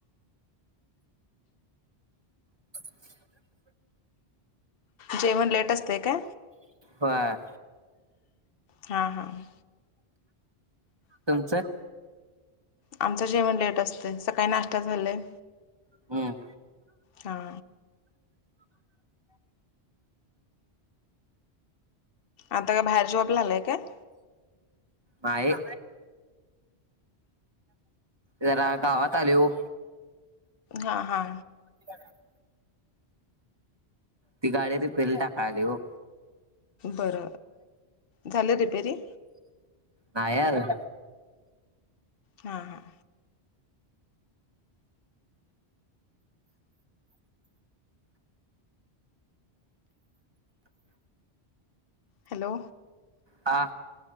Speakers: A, on the right (about 25°); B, on the left (about 60°).
A: <unintelligible> <inaudible>
B: जेवण लेट अस्तेय काय?
A: व्हय.
B: हां हां.
A: तुमचं.
B: आमचं जेवण लेट असतय, सकाळी नाष्टा झालंय.
A: हम्म.
B: हा. आता का, बाहेर जॉबला आलाय काय?
A: हाये. जरा, गावात आले ओ.
B: हा हा.
A: <inaudible> ती गाडी रीपेला टाकाय आली ओ.
B: बर, झालं रिपेरी
A: नाय आजून.
B: हा हा. हॅलो.
A: हा.